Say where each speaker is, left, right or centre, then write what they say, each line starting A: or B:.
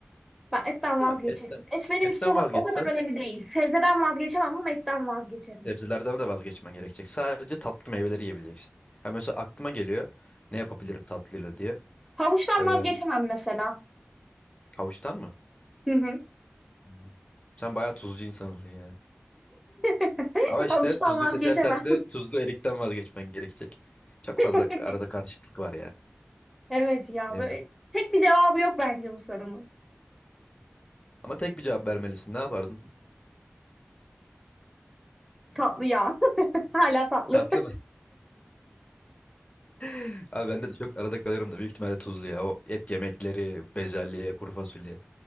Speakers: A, in the centre; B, on the left.
A: Ben etten vazgeçerim.
B: Ya, etten,
A: Et benim
B: etten
A: için o,
B: vazgeçsen
A: o kadar önemli değil. Sebzeden vazgeçemem ama etten vazgeçerim.
B: sebzelerden de vazgeçmen gerekecek. Sadece tatlı meyveleri yiyebileceksin. Ha, mesela aklıma geliyor ne yapabilirim tatlıyla diye.
A: Havuçtan
B: Ee,
A: vazgeçemem mesela.
B: havuçtan mı?
A: Hı hı.
B: Hmm. Sen bayağı tuzcu insansın ya.
A: <laughs>
B: Ama işte
A: Havuçtan
B: tuzluyu
A: vazgeçemem.
B: seçersen de tuzlu erikten vazgeçmen gerekecek.
A: <laughs>
B: Çok fazla arada karışıklık var ya.
A: Evet ya
B: Bilemiyorum.
A: böyle tek bir cevabı yok bence bu sorunun.
B: Ama tek bir cevap vermelisin. Ne yapardın?
A: Tatlı ya. <laughs> Hala tatlı.
B: Tatlı mı? <laughs> Abi ben de çok arada kalıyorum da büyük ihtimalle tuzlu ya. O et yemekleri, bezelye, kuru fasulye.